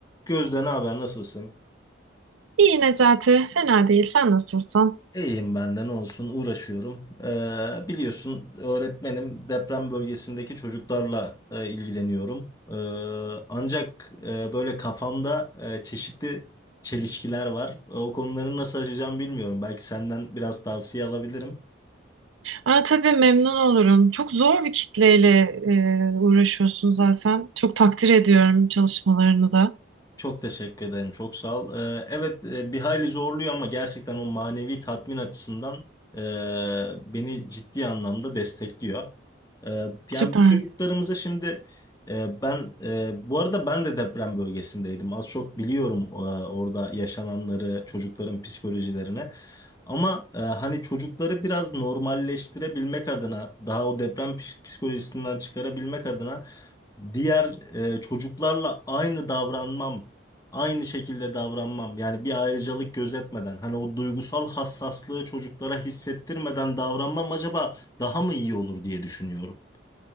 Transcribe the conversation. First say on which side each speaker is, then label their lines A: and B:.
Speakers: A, on the left (about 20°); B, on the right (about 80°).
A: Gözde ne haber nasılsın?
B: İyi Necati, fena değil. Sen nasılsın?
A: İyiyim ben de ne olsun uğraşıyorum. Ee, biliyorsun öğretmenim deprem bölgesindeki çocuklarla e, ilgileniyorum. Ee, ancak e, böyle kafamda e, çeşitli çelişkiler var. E, o konuları nasıl aşacağım bilmiyorum. Belki senden biraz tavsiye alabilirim.
B: Aa, tabii memnun olurum. Çok zor bir kitleyle e, uğraşıyorsun zaten. Çok takdir ediyorum çalışmalarını da.
A: Çok teşekkür ederim. Çok sağ ol. Ee, evet e, bir hayli zorluyor ama gerçekten o manevi tatmin açısından e, beni ciddi anlamda destekliyor. E, yani
B: Süper.
A: bu çocuklarımıza şimdi e, ben e, bu arada ben de deprem bölgesindeydim. Az çok biliyorum e, orada yaşananları, çocukların psikolojilerine. Ama e, hani çocukları biraz normalleştirebilmek adına, daha o deprem psik- psikolojisinden çıkarabilmek adına diğer e, çocuklarla aynı davranmam aynı şekilde davranmam. Yani bir ayrıcalık gözetmeden, hani o duygusal hassaslığı çocuklara hissettirmeden davranmam acaba daha mı iyi olur diye düşünüyorum.